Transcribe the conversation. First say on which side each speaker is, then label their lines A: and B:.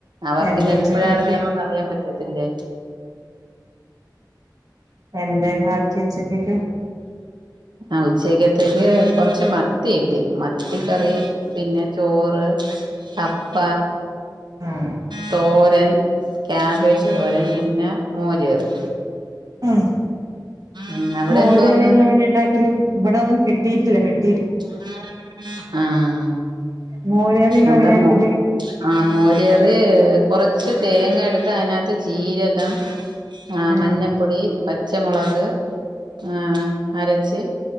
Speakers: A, on the right; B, on the right.
A: അവർക്ക്
B: എന്താ
A: ഇനി എപ്പോഴാണ്
B: ഉച്ചക്കാക്കിയെ
A: വേണോന്ന് അറിയാൻ പ രസല്ലേ
B: എന്തേന്നു ആക്കിയെ ഉച്ചക്ക്
A: ആഹ് ഉച്ചക്കത്തേക്ക് കൊറച്ച് മത്തി കിട്ടി മത്തി കറി പിന്നെ ചോറ് കപ്പ
B: ആഹ്
A: തോരൻ ക്യാബേജ് തോരൻ പിന്നെ മോര് കറി
B: ഉം
A: ഉം അവിടെ
B: മോര്
A: എന്തോന്ന്
B: കറി ങ്ങള് എങ്ങനെണ്ടാക്കല് ഇവടെഒന്നും കിട്ടിയിട്ടില്ല കിട്ട്
A: <inaudible> ആഹ്
B: മോര് കറി ഇങ്ങള്
A: അവിടെ
B: എങ്ങനെ ആക്കല്
A: മോ ആഹ് മോര് കറി കൊറച്ച് തേങ്ങ എടുത്ത് അതിനക ത്ത് ജീരകം ഇഹ്
B: ആഹ്
A: മഞ്ഞപ്പൊടി പച്ചമുളക് ഏഹ് അരച്ച്